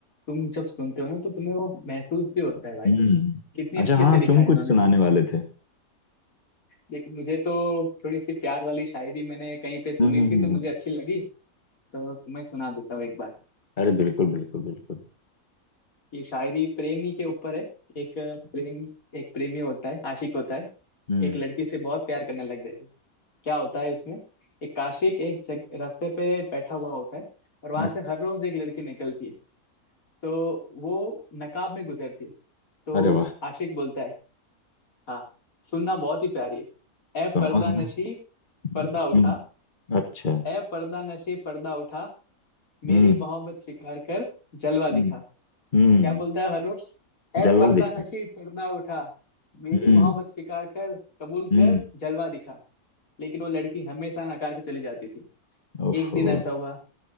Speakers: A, on the left; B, on the left.
A: तुम जब सुनते हो ना तो तुम्हें वो महसूस भी होता है भाई
B: हम्म
A: कितने
B: अच्छा
A: अच्छे
B: हाँ
A: से लिखा
B: तुम
A: है
B: कुछ
A: इन्होंने
B: सुनाने वाले थे
A: देखो मुझे तो थोड़ी सी प्यार वाली शायरी मैंने कहीं पे सुनी
B: हम्म हम्म,
A: थी
B: हम्म,
A: तो मुझे
B: हम्म।
A: अच्छी लगी तो तुम्हें सुना देता हूँ एक बार
B: अरे बिल्कुल बिल्कुल बिल्कुल
A: ये शायरी प्रेमी के ऊपर है एक प्रेम एक प्रेमी होता है आशिक होता है
B: हम्म
A: एक लड़की से बहुत प्यार करने लग जाएगा क्या होता है उसमें एक काशिक एक जग, रास्ते पे बैठा हुआ होता है और वहां
B: अच्छा,
A: से हर रोज एक लड़की निकलती है तो वो नकाब में गुजरती है तो
B: अरे वाह
A: आशिक बोलता है हाँ सुनना बहुत ही प्यारी है ए
B: सुनाओ
A: पर्दा
B: सुनाओ
A: नशी पर्दा
B: हम्म
A: उठा
B: अच्छा
A: ए पर्दा नशी पर्दा उठा मेरी
B: हम्म
A: मोहब्बत स्वीकार कर जलवा दिखा
B: हम्म हम्म,
A: क्या बोलता है हर रोज ए
B: जलवा
A: पर्दा
B: दिखता
A: नशी पर्दा उठा मेरी
B: है। हम्म
A: मोहब्बत स्वीकार कर कबूल
B: हम्म
A: कर जलवा दिखा लेकिन वो लड़की हमेशा नकार के चली जाती थी
B: ओफो
A: एक दिन ऐसा हुआ